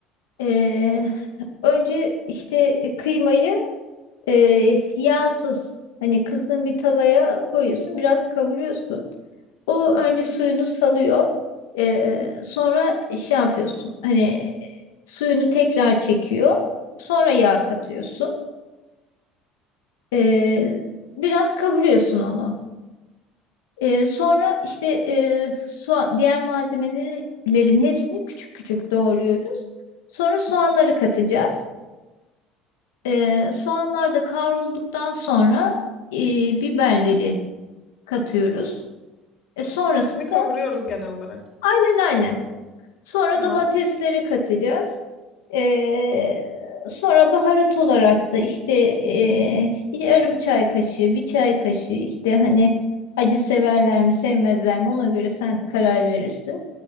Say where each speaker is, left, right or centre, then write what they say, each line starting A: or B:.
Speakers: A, on the left; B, on the left.
A: Ee,
B: Evet.
A: önce işte e, kıymayı e, yağsız hani kızgın bir tavaya koyuyorsun biraz kavuruyorsun. O önce
B: Hı
A: suyunu
B: hı.
A: salıyor. Ee, sonra şey yapıyorsun hani e, suyunu tekrar çekiyor. Sonra yağ katıyorsun. Ee, biraz kavuruyorsun onu. Ee, sonra işte e, soğa- diğer malzemelerin hepsini küçük küçük doğruyoruz. Sonra soğanları katacağız. Ee, soğanlar da kavrulduktan sonra e, biberleri katıyoruz. E, sonrasında
B: Hepsini kavuruyoruz genel olarak.
A: aynen aynen. Sonra
B: Tamam.
A: domatesleri katacağız. Ee, sonra baharat olarak da işte e, yarım çay kaşığı, bir çay kaşığı işte hani acı severler mi sevmezler mi ona göre sen karar verirsin.